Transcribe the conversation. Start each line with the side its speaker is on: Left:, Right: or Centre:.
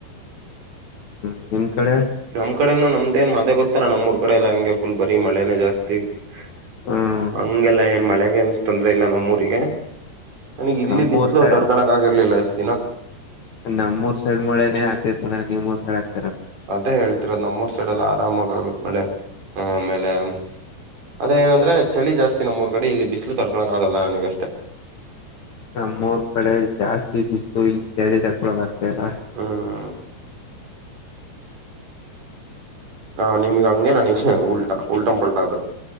Left: ಹ್ಮ್ ನಿಮ್ ಕಡೆ
Right: ನಮ್ ಕಡೆನು ನಮ್ <unintelligible> ನಮ್ದ ಏನ್ ಮಾದೇ ಗೊತ್ತಲ್ಲ ನಮೂರಕಡೆಯಲ್ಲ ಯಂಗೆ ಫುಲ್ ಬರಿ ಮಳೆನನೆ ಜಾಸ್ತಿ <unintelligible>
Left: ಹ್ಮ್
Right: ಅಂಗೆಲ್ಲ <unintelligible> ಮಳೆೆಗೆ ಏನ್ ತೊಂದ್ರೆ ಇಲ್ಲ ನಮ್ಮೂಊರಿಗೆ <unintelligible> ನನಗೆ ಇಲ್ಲಿ
Left: ನಮ್ಮೂರ್
Right: ಬಿಸ್ಲು
Left: ಸೈಡ್
Right: ತಡ್ಕೋಕ್ ಆಗಿರ್ಲಿಲ್ಲ <unintelligible> ದಿನ <unintelligible>
Left: ನಮ್ಮೂರ್ ಸೈಡ್ ಮಳೆನೇ ಆಗ್ತಿ ಅಂದ್ರೆ ನಿಮೂರು ಸೈಡ್ ಆಗ್ತಿ <unintelligible>
Right: ಅದೇ ಹೇಳ್ತಿರ ನಮ್ಮೂರ್ ಸೈಡ್ಲ್ಲ ಆರಾಮಾಗಗತ್ತೆ ಮಳೆ <unintelligible> ಆ ಆಮೇಲೆ ಅ ಆದ್ರೆ ಏನಂದ್ರೆ ಚಳಿ ಜಾಸ್ತಿ ನಮ್ಮೂರ್ ಕಡೆ ಇಲ್ಲಿ ಬಿಸಿಲು ತಡ್ಕೊಳಕೆ ಆಗಲ್ಲ ನನಗಷ್ಟೆ <unintelligible>
Left: ನಮ್ಮೂರು ಕಡೆ ಜಾಸ್ತಿ ಪಿಸ್ತುಲ್ ಇಲ್ಲಿ ಚಡಿ ತಡ್ಕೊಬ <unintelligible> ಯಲ್ಲ <unintelligible>
Right: ಹ್ಮ್ ಹ ನಿಮಗೆ ಹಂಗೆ ನನಗ್ ಉಲ್ಟಾ <unintelligible> ಉಲ್ಟಂ ಪಲ್ಟಾದ